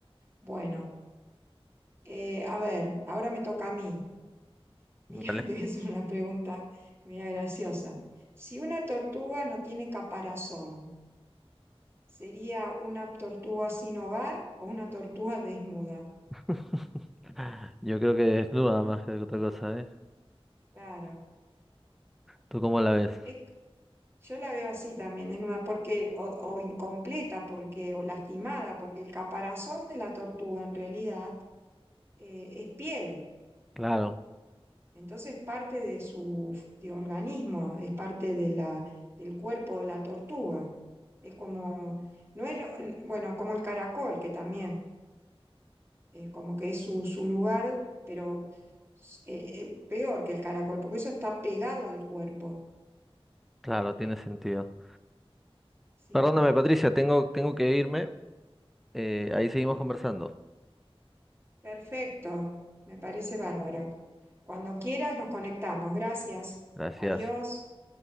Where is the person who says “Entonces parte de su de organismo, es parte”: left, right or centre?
Right